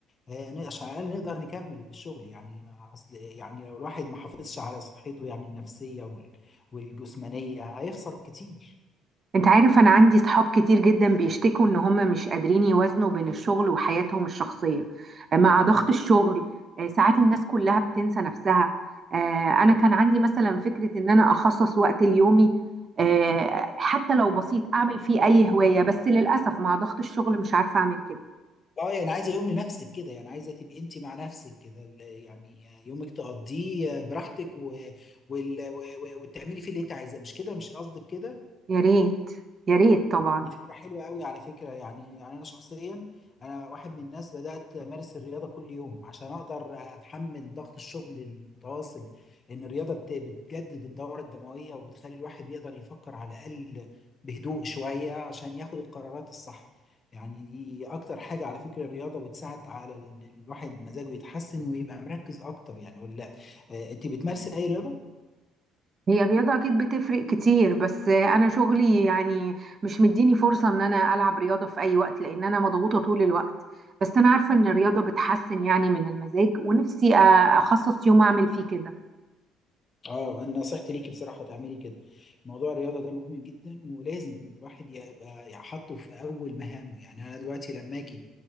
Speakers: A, on the left; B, on the right.
A: آه ن- عشان على الاقل نقدر نكمل الشغل يعني ما اصل يعني لو الواحد ما حافظش على صحته يعني النفسيه وال... والجسمانيه هيخسر كتير
B: انت عارف انا عندي صحاب كتير جدا بيشتكوا ان هم مش قادرين يوازنوا بين الشغل وحياتهم الشخصية آه، مع ضغط الشغل آه، ساعات الناس كلها بتنسى نفسها آه، انا كان عندي مثلا فكرة ان انا اخصص وقت ليومي آه، حتى لو بسيط اعمل فيه اي هواية بس للأسف مع ضغط الشغل مش عارفة اعمل كده
A: اه يعني عايزه يوم لنفسك كده يعني عايزه تبقي انت مع نفسك كده ال- يعني يومك تقضيه براحتك و... وال... و... و- وتعملي فيه اللي انت عايزاه مش كده مش قصدك كده
B: يا ريت يا ريت طبعا
A: دي فكرة حلوة قوي على فكرة يعني يعني أنا شخصيا أنا واحد من الناس بدأت أمارس الرياضة كل يوم عشان أقدر أتحمل ضغط الشغل المتواصل إن الرياضة بت- بتجدد الدورة الدموية وبتخلي الواحد بيقدر يفكر على الأقل بهدوء شوية عشان ياخد القرارات الصح يعني دي أكتر حاجة على فكرة الرياضة بتساعد على ال- الواحد مزاجه يتحسن ويبقى مركز أكتر يعني ولا آه، أنت بتمارسي أي رياضة؟
B: هي الرياضة أكيد بتفرق كتير بس أنا شغلي يعني مش مديني فرصة إن أنا ألعب رياضة في أي وقت لأن أنا مضغوطة طول الوقت بس أنا عارفة إن الرياضة بتحسن يعني من المزاج ونفسي أ- أخصص يوم أعمل فيه كده
A: اه انا نصيحتي ليكي بصراحه تعملي كده موضوع الرياضه ده مهم جدا ولازم الواحد يبقى يحطه في اول مهامه يعني انا دلوقتي لما اجي